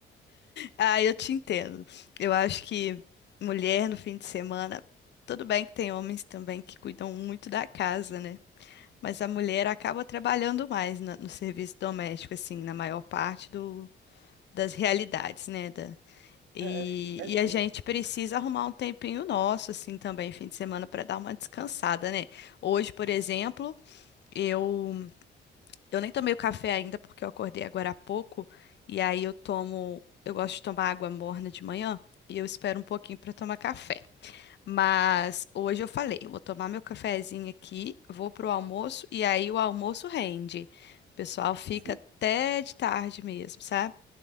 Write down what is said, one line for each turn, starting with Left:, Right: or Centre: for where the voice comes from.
Left: Ah, eu te entendo. Eu acho que mulher no fim de semana, tudo bem que tem homens também que cuidam muito da casa, né? Mas a mulher acaba trabalhando mais na- no serviço doméstico, assim, na maior parte do das realidades, né? da- e,
Right: É, é
Left: e
Right: sim,
Left: a gente precisa arrumar um tempinho nosso, assim, também, fim de semana, para dar uma descansada, né? Hoje, por exemplo, eu, eu nem tomei o café ainda porque eu acordei agora há pouco, e aí eu tomo, eu gosto de tomar água morna de manhã. E eu espero um pouquinho para tomar café. Mas hoje eu falei, eu vou tomar meu cafezinho aqui, vou pro almoço e aí o almoço rende. O pessoal fica
Right: sim,
Left: até de tarde mesmo, sabe?